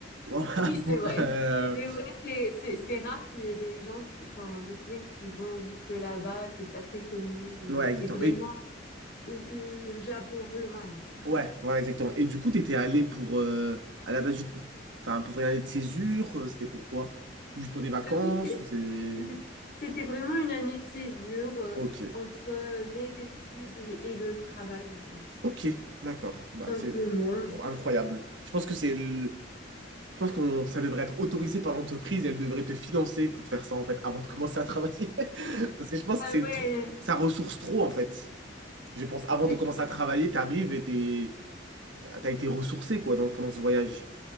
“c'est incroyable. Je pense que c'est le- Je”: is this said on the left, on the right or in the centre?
Right